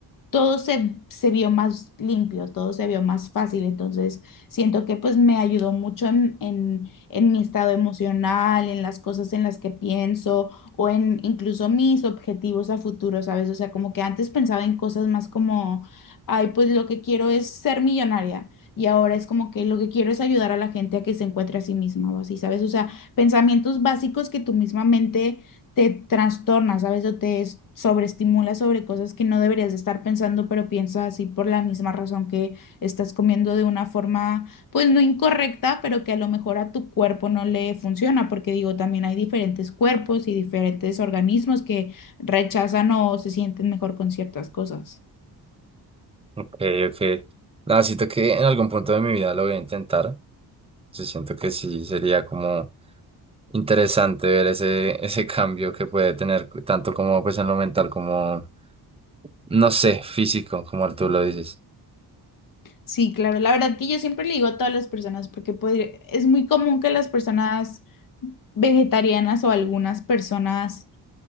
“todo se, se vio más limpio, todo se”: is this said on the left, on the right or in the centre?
Left